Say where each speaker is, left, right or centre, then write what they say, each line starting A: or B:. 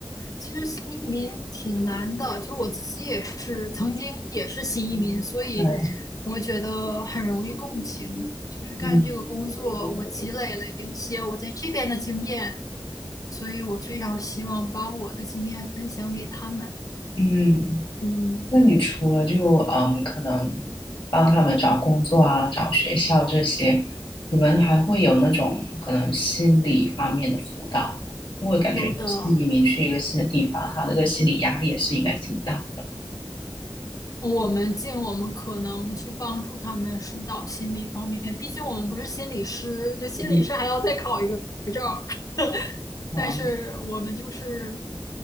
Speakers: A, on the left (about 45°); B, on the left (about 70°).
A: 其实新移民挺难的，就我自己也是曾经也是新移民，所以我觉得很容易共情。
B: 对，
A: 就是干这个工作，
B: 嗯
A: 我积累了一些我在这边的经验，所以我非常希望把我的经验分享给他们。
B: 嗯。
A: 嗯，
B: 那你除了就嗯，可能帮他们找工作啊、找学校这些，你们还会有那种可能心理方面的辅导吗？因为感觉新移民去一个新的地方，
A: 有的
B: 他那个心理压力也是应该挺大的。
A: 我们尽我们可能去帮助他们疏导心理方面，毕竟我们不是心理师，就心理师还要再考一个证儿。
B: 嗯
A: <laughs>
B: 啊，
A: 但是我们就是